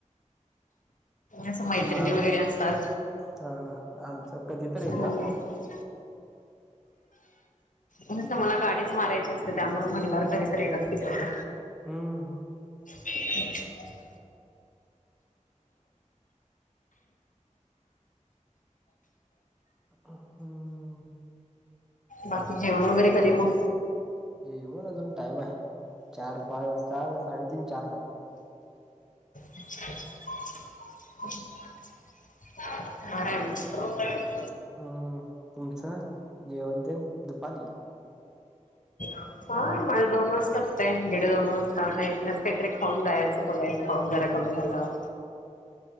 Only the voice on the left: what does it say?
असं मैत्रिणी
वगैरे असतात
हो म्हणून म्हण त म्हाला गाडीच मारायची असते त्यामुळे म्हणणारवर कधतरी नगते तेवढं
हम्
बाकी जेवण वगैरे करे म
<inaudible>
हा माला दोन वाजता असते डेडे दोन वाजता आता इथनच काहीतरी खाऊन जायचं बघ खाऊ जात त्या कमी झाणारवर